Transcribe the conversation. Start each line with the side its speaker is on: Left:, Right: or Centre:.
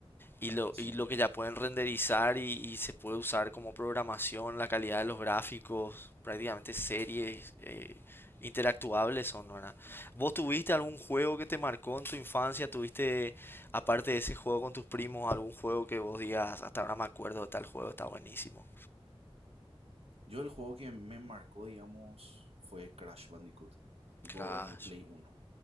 Left: Y lo,
Right: Sí.
Left: y lo que ya pueden renderizar y, y se puede usar como programación, la calidad de los gráficos, prácticamente series eh, interactuables son, ¿verdad? ¿Vos tuviste algún juego que te marcó en tu infancia? ¿Tuviste, aparte de ese juego con tus primos, algún juego que vos digas, hasta ahora me acuerdo de tal juego, está buenísimo?
Right: Yo el juego que me marcó, digamos, fue Crash Bandicoot. Tipo,
Left: Crash,
Right: en el Play uno